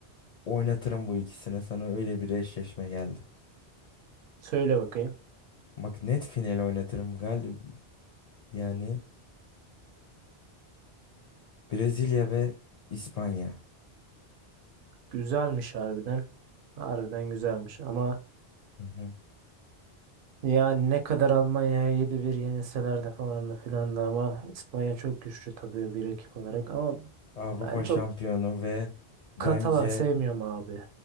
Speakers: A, on the left; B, on the right.
A: oynatırım bu ikisine. Sana öyle bir eşleşme geldi.
B: Söyle bakayım.
A: Bak net final oynatırım galiba. Yani Brezilya ve İspanya.
B: Güzelmiş harbiden. Harbiden güzelmiş ama
A: Hı hı.
B: ya ne kadar Almanya'ya yedi bir yenilseler de falan da filan da ama İspanya çok güçlü tabii bir rakip olarak ama
A: Avrupa
B: ben çok
A: şampiyonu ve bence
B: Katalan sevmiyorum abi.